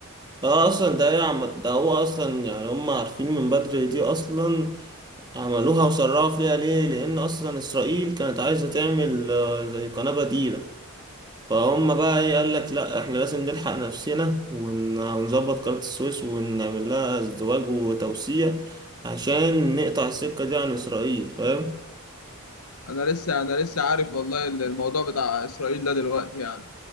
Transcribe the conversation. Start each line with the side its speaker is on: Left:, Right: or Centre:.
Right: اه اصلا ده هي عم... ده هو اصلا يعني هم عارفين من بدري دي اصلا عملوها وسرعوا فيها ليه لان اصلا اسرائيل كانت عايزة تعمل آه، زي قناة بديلة فهم بقى ايه قال لك لا احنا لازم نلحق نفسنا ون... ونظبط قناة السويس ونعمل لها ازدواج وتوسيع عشان نقطع السكة دي عن اسرائيل فاهم
Left: انا لسه انا لسه عارف والله ال- الموضوع بتاع اسرائيل ده دلوقتي يعني